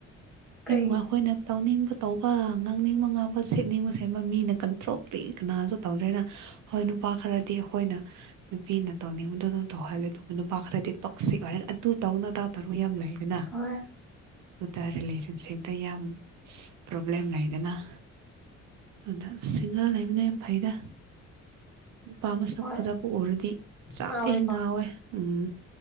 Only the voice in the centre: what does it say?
ꯀꯩ
ꯍꯣꯏ
ꯍꯣꯏ
ꯉꯥꯎꯋꯦꯀꯣ